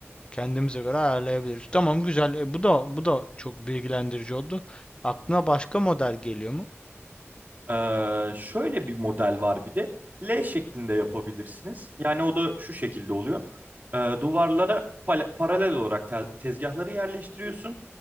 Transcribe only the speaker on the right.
Ee, şöyle bir model var bir de. L şeklinde yapabilirsiniz. Yani o da şu şekilde oluyor. Ee, duvarlara pale- paralel olarak te- tezgahları yerleştiriyorsun.